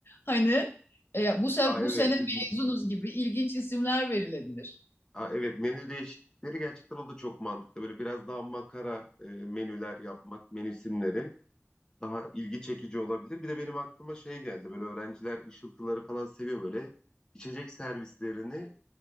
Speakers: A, on the left; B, on the left.
A: Hani e, bu se-
B: Aa
A: bu
B: evet.
A: sene
B: İzmir-
A: mezunuz gibi ilginç isimler verilebilir.
B: Aa, evet menü değişiklikleri gerçekten o da çok mantıklı. Böyle biraz daha makara e, menüler yapmak, menü isimleri. daha ilgi çekici olabilir. Bir de benim aklıma şey geldi. Böyle öğrenciler ışıltıları falan seviyor böyle. İçecek servislerini